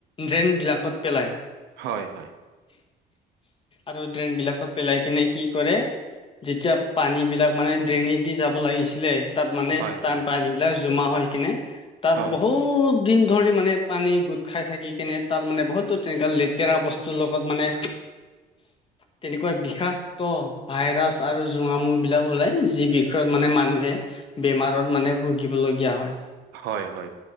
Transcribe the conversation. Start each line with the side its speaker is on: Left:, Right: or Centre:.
Left: ড্ৰেইন বিলাকত পেলাই।
Right: হয়, হয়।
Left: আৰু ড্ৰেইন বিলাকত পেলাই কিনে কি কৰে যেতিয়া পানীবিলাক মানে ড্ৰেইনে দি যাব লাগিছিলে তাত মানে
Right: হয়,
Left: তাম
Right: হয়,
Left: পানীবিলাক জমা হৈ কিনে তাত
Right: হয়,
Left: বহুত দিন ধৰি মানে পানী গোট খাই থাকি কেনে তাৰ মানে বহুতো তেনকা লেতেৰা বস্তুৰ লগত মানে তেনেকুৱা বিষা ত ভাইৰাছ আৰু জোঙা মু বিলাক ওলাই যি বিষয়ত মানে মানুহে বেমাৰত মানে ভুগিবলগীয়া হয়।
Right: হয়, হয়